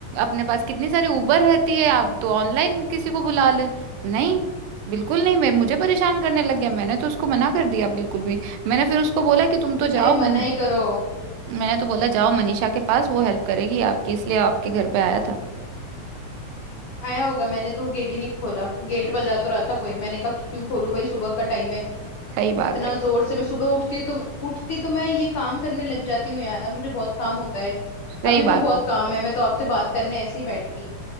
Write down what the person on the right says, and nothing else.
अपने पास कितनी सारी उबर रहती है आप तो ऑनलाइन किसी को बुला ले नहीं बिल्कुल नहीं मैं मुझे परेशान करने लग गया मैंने तो उसको मना कर दिया बिल्कुल भी मैंने फिर उसको बोला कि तुम तो जाओ
मैं
मैंने तो बोला जाओ मनीषा के पास वो हेल्प करेगी आपकी इसलिए आपके घर पे आया था
सही बात
है
सही
बात
है